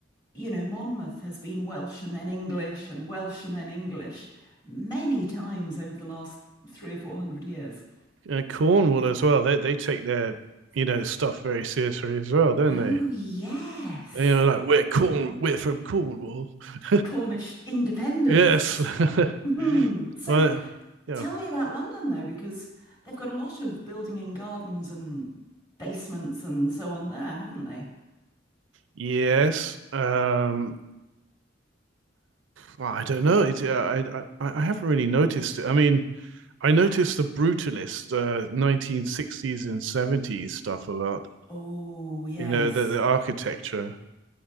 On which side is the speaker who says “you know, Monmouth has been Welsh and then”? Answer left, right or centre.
Left